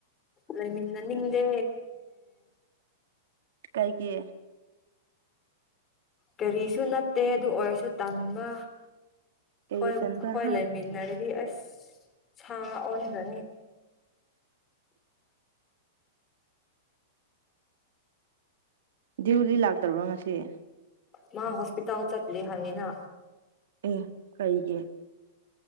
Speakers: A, on the left; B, on the right.
A: ꯂꯩꯃꯤꯟꯅꯅꯤꯡꯗꯦ꯫
B: ꯀꯥꯏꯒꯤ
A: ꯀꯔꯤꯁꯨ ꯅꯠꯇꯦ ꯑꯗꯨ ꯑꯣꯏꯔꯁꯨ ꯇꯟꯕ
B: ꯀꯩꯒꯤ
A: ꯍꯣꯏ
B: ꯇꯟꯕ꯭ꯔꯥ
A: ꯍꯣꯏ
B: ꯍꯥ
A: ꯂꯩꯃꯤꯟꯅꯔꯗꯤ ꯑꯁ ꯁꯥ ꯑꯣꯟꯈ꯭ꯔꯅꯤ
B: ꯗ꯭ꯌꯨꯗꯤ ꯂꯥꯛꯇꯕ꯭ꯔꯣ ꯉꯁꯤꯦ
A: ꯃꯥ ꯍꯣꯁꯄꯤꯇꯜ ꯑꯥꯎ ꯆꯠ ꯂꯩ ꯍꯥꯏꯅꯤꯅ
B: ꯑꯦ ꯀꯩꯒꯤ꯫